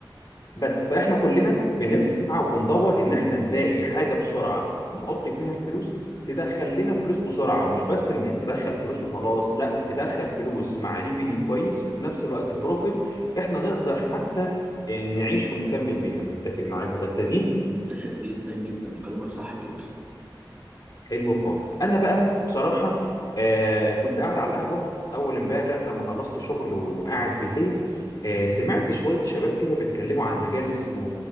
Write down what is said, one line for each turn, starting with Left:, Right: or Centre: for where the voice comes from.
Left: بس فاحنا كلنا بنسعى وبندور ان احنا نلاقي حاجه بسرعه نحط فيها الفلوس تدخل لنا فلوس بسرعه ومش بس ان هي تدخل فلوس وخلاص لا تدخل فلوس مع ريفينيو كويس وفي نفس الوقت بروفيت احنا نقدر حتى آه، نعيش ونكمل بيها متفق معايا في الحته دي
Right: متفق جدا جدا كلامك صح جدا
Left: حلو خالص انا بقى بصراحه آه كنت قاعد على القهوه اول امبارح لما خلصت شغل وقاعد بالليل آه سمعت شويه شباب كده بيتكلموا عن مجال اسمه